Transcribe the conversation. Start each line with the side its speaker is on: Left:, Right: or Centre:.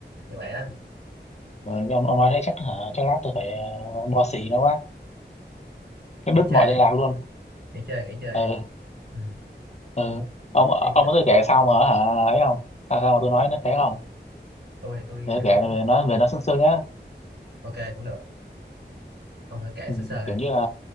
Right: kiểu vậy á
Left: rồi ông, ông nói thế chắc hả chắc lát tôi phải ờ, bo xì nó quá cắt
Right: nghỉ
Left: đứt
Right: chơi
Left: mọi liên lạc
Right: đi
Left: luôn
Right: nghỉ chơi nghỉ chơi
Left: ừ
Right: đi ừ.
Left: ừ ông ông
Right: như kiểu
Left: có tôi kể sao mà hả ấy không sao sao mà tôi nói nó thế không
Right: tôi thì tôi
Left: để
Right: kiểu
Left: kể về nó về nó sương sương nhá
Right: ok cũng được ông thử kể
Left: ừ,
Right: sơ sơ đây
Left: kiểu như là